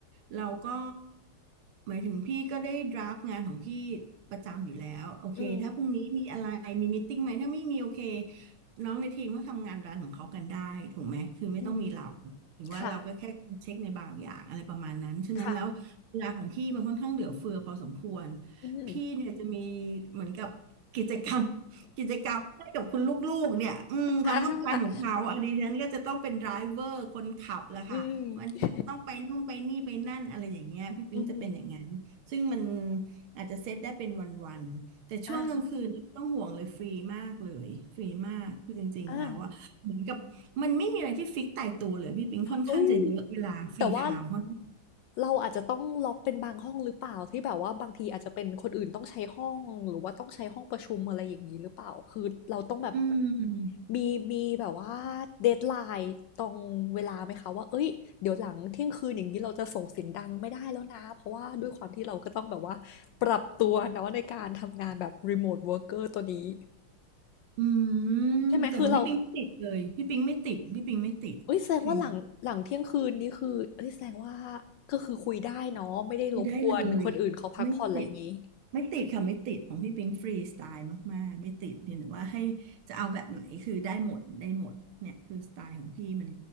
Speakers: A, on the right; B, on the left.
A: เราก็หมายถึงพี่ก็ได้ดราฟงานของพี่ประจำอยู่แล้วโอเคถ้าพรุ่งนี้มีอะไรมีมีตติ้งไหมถ้าไม่มีโอเค
B: อืม
A: น้องในทีมก็ทำงานร้านของเขากันได้ถูกไหมคือไม่ต้องมีเรา
B: อืม
A: ถึงว่าเราก็แค่เช็คในบางอย่างอะไรประมาณนั้นฉะนั้นแล้วเวลาของพี่มันค่อนข้างเหลือเฟือพอสมควร
B: ค่ะ ค่ะ อืม
A: พี่เนี่ยจะมีเหมือนกับกิจกรรม กิจกรรมให้กับคุณลูกๆเนี่ยอืมความต้องการของเขาอะดิฉันก็จะต้องเป็นไดรเวอร์คนขับแหละค่ะวันนี้จะต้องไปนู่นไปนี่ไปนั่นอะไรอย่างเงี้ยพี่ปิ๊งจะเป็นอย่างนั้นซึ่งมัน
B: อาอืมอืม
A: อาจจะเซตได้เป็นวันๆแต่ช่วงกลางคืนนี่ไม่ต้องห่วงเลยฟรีมากเลยฟรีมากคือจริงๆแล้วอะเหมือนกับมันไม่มีอะไรที่ฟิกตายตัวเลยพี่ปิ๊งค่อนข้างจะเยอะเวลาฟรีไทม์เขา
B: อาอ่าเอ้ย แต่ว่าเราอาจจะต้องล็อกเป็นบางห้องหรือเปล่าที่แบบว่าบางทีอาจจะเป็นคนอื่นต้องใช้ห้องหรือว่าต้องใช้ห้องประชุมอะไรอย่างนี้หรือเปล่าคือเราต้องแบบ
A: อืม
B: มีมีแบบว่าเดดไลน์ตรงเวลาไหมคะว่าเอ้ยเดี๋ยวหลังเที่ยงคืนอย่างนี้เราจะส่งเสียงดังไม่ได้แล้วนะเพราะว่าด้วยความที่เราก็ต้องแบบว่าปรับตัวเนาะในการทำงานแบบรีโมทเวิร์กเกอร์ตัวนี้
A: อืมแต่ของพี่ปิงไม่ติดเลยพี่ปิงไม่ติดพี่ปิงไม่ติดคือ
B: ใช่ไหมคือเรา เอ้ยแสดงว่าหลังหลังเที่ยงคืนนี่คือเอ้ยแสดงว่าก็คือคุยได้เนาะไม่ได้รบกวนคนอื่นเขาพักผ่อนอะไรอย่างงี้
A: ไม่ได้เลยไม่ติดไม่ติดค่ะไม่ติดของพี่ปิงฟรีสไตล์มากๆไม่ติดเพียงแต่ว่าให้จะเอาแบบไหนคือได้หมดได้หมดเนี่ยคือสไตล์ของพี่มัน